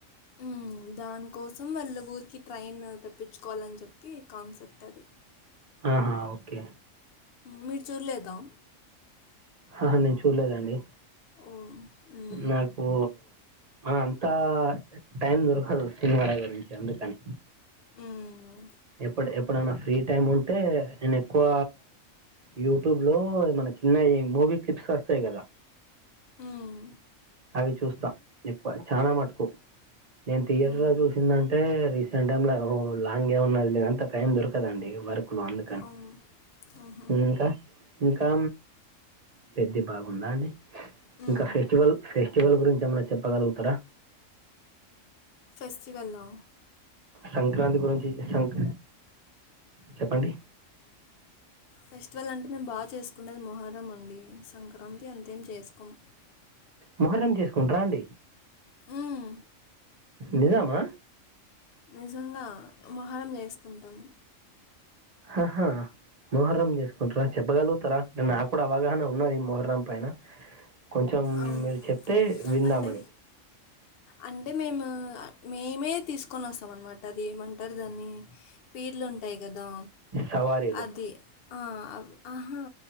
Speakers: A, on the left; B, on the right.
A: మ్మ్, దానికోసం వాళ్ళ ఊరికి ట్రైన్ తెప్పించుకోవాలని చెప్పి కాన్సెప్ట్ అది
B: ఆహా ఓకే
A: మీరు చూర్లేదా
B: ఆ నేను చూడలేదండి
A: ఓ మ్మ్,
B: నాకు అంతా టైం దొరకదు సినిమాల గురించి అందుకని
A: మ్మ్,
B: ఎప్పుడు ఎప్పుడైనా ఫ్రీ టైమ్ ఉంటే నేను ఎక్కువ యూట్యూబ్ లో మన చిన్నవి మూవీ క్లిప్స్ వస్తాయి కదా
A: మ్మ్,
B: అవి చూస్తా ఎక్కువ చానా మటుకు నేను థియేటర్
A: మ్మ్.
B: లో చూసిందంటే రీసెంట్ టైంలో లాంగ్ ఏ ఉన్నది లేదు అంత టైం దొరకదండి వర్క్ అందుకని
A: హ్మ్ ఊహూ
B: ఇంకా ఇంకా పెద్ది బాగుందా అండి
A: ఉమ్.
B: ఇంకా ఫెస్టివల్ ఫెస్టివల్ గురించి ఏమైనా చెప్పగలుగుతారా
A: ఫెస్టివెల్లా
B: సంక్రాంతి గురించి సంక చెప్పండి
A: ఫెస్టివల్ అంటే మేము బాగా చేసుకుంటేది మొహరం అండి సంక్రాంతి అంతేం చేసుకోము
B: మొహ్రం చేసుకుంట్రా అండి
A: ఉమ్.
B: నిజామా
A: నిజంగా మొహరం చేస్తుంటాము
B: హహా మోహర్రం చేసుకుంటారా చెప్పగలుగుతారా అంటే నాకు కూడా అవగాహన ఉన్నది మోహర్రం పైన కొంచెం
A: అవును
B: మీరు చెప్తే విందామని
A: అంటే అంటే మేము మేమే తీసుకొని వస్తాం అన్నమాట అది ఏమంటారు దాన్ని పీర్లు ఉంటాయి కదా
B: సవారీలు.
A: అది ఆ ఆహా